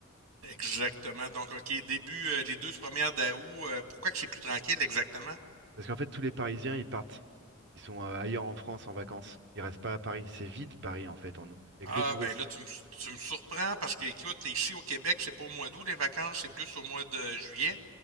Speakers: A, on the right; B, on the right.
A: Exactement. Donc, OK, début, euh, les deux premières d'août, euh, pourquoi que c'est plus tranquille exactement?
B: Parce qu'en fait, tous les Parisiens, ils partent. Ils sont euh, ailleurs en France en vacances. Ils restent pas à Paris. C'est vide Paris en fait en août. Il n'y a
A: Ah,
B: que des touristes.
A: ben là, tu me, tu me surprends parce que, écoute, ici au Québec, c'est pas au mois d'août les vacances, c'est plus au mois de juillet.